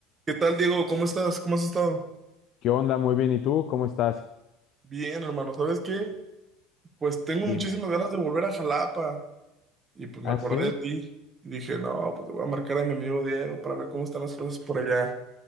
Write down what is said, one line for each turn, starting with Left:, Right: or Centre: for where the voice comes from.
Right: ¿Qué tal, Diego? ¿Cómo estás? ¿Cómo has estado?
Left: ¿Qué onda? Muy bien. ¿Y tú? ¿Cómo estás?
Right: Bien, hermano. ¿Sabes qué? Pues tengo
Left: Dime.
Right: muchísimas ganas de volver a Jalapa. Y pues
Left: ¿Ah,
Right: me acordé
Left: sí?
Right: de ti. Y dije, no, pues le voy a marcar a mi amigo Diego para ver cómo están las cosas por allá,